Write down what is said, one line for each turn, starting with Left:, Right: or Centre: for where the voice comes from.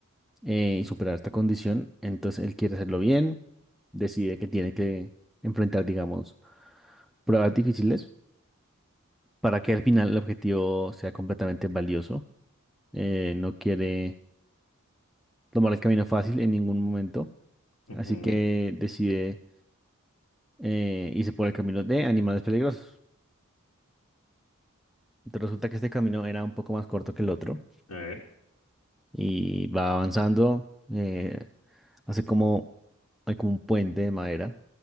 Centre: eh, y superar esta condición, entonces él quiere hacerlo bien, decide que tiene que enfrentar, digamos, pruebas difíciles para que al final el objetivo sea completamente valioso. Eh, no quiere tomar el camino fácil en ningún momento,
Left: Ujú,
Centre: así que decide eh, irse por el camino de animales peligrosos. Entonces resulta que este camino era un poco más corto que el otro
Left: a ver,
Centre: y va avanzando, eh, hace como, hay como un puente de madera,